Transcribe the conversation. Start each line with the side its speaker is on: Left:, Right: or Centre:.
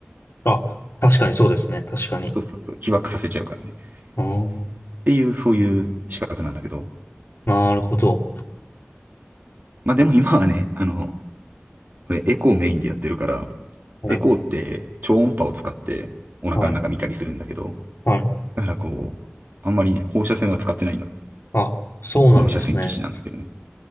Left: あ、確かにそうですね。確かに。
Right: そうそうそう、被爆させちゃうからね。
Left: ああ、
Right: っていう、そういう資格なんだけど。
Left: なるほど。
Right: まあでも今はね、あの、これエコーメインでやってるから、
Left: はい、
Right: エコーって超音波を使ってお腹の中見たりするんだけど、
Left: はい、はい。
Right: だからこう、あんまりね、放射線は使ってないんだ。
Left: あ、そうなんですね。
Right: 放射線技師なんだけどね。